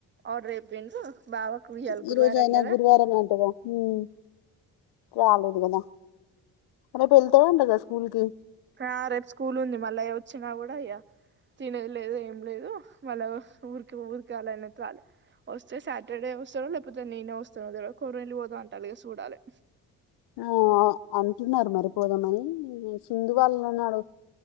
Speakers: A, on the right; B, on the left.
A: ఆర్డర్ అయిపోయిన ర బావకు వియాాల గురువారం
B: ఈ రోజు అయినా
A: అండదా
B: గురువారం అంటగా ఉమ్, రాలేదు కదా రేపు వెళ్తావంట కదా స్కూల్ కి
A: ఆ రేపు స్కూల్ ఉంది మళ్ళా అ వచ్చినా కూడా ఇయ్యా తినేది లేదు ఏం లేదు మళ్ళా ఊరికి ఊరికయాలనే రాలి వస్తే సాటర్డే వస్తాడు లేకపోతే నేనే వస్తాను కొరలు పోదా అంటాలిగా చూడాలి
B: ఆ అంటున్నారు మరిపోదామని సింధు వాళ్ళ నాడు